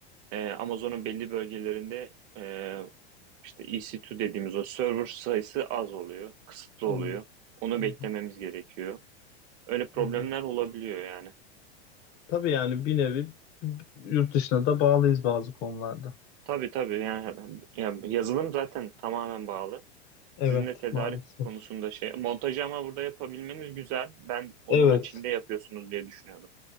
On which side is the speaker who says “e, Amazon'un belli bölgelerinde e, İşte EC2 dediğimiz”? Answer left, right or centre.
Right